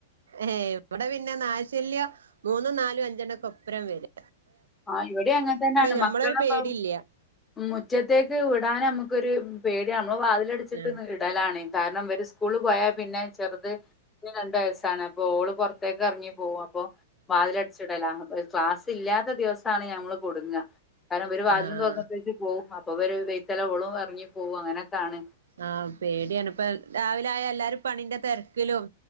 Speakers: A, on the right; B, on the left.
A: ഏ ഇവിടെ പിന്നെ നായ്ശല്യം മൂന്നും നാലും അഞ്ചെണ്ണൊക്കെ ഒപ്പരം വര്
B: ആഹ് ഇവിടേ അങ്ങൻതന്നാണ്
A: ഞമ്മളൊരു
B: മക്കളെ
A: പേടില്ല
B: ഇപ്പ മുറ്റത്തേക്ക് വിടാനമ്മക്ക് കൊരപേടിയാണ് ഇപ്പൊ വാതിലടിച്ചിട്ട്ങ്ങ്
A: ആഹ്
B: ഇടലാണ് കാരണം ഇവര് സ്കൂള്ള് പോയാ പിന്നെ ചെറുത് ന് രണ്ടു വയസ്സാണ് അപ് പോള് പുറത്തേക്കെറങ്ങി പോവും അപ്പൊ വാതിലടച്ചിടലാ അപ്പളേക്ക് ക്ലാസില്ല്യാത് ദിവസാണ് ഞമ്മള് കുടുങ്ങ്ആ കാരണം ഇവര് വാതലും
A: ആഹ്
B: തൊറന്നിട്ടേച്ച് പോവും അപ് പ്പോവര് വെയ്ത്തല ഓളും എറങ്ങി പോവും അങ്ങനൊക്കാണ്
A: ആഹ് പേടിയാണിപ്പ രാവിലായാ എല്ലാരും പണിന്റ തെരക്കിലും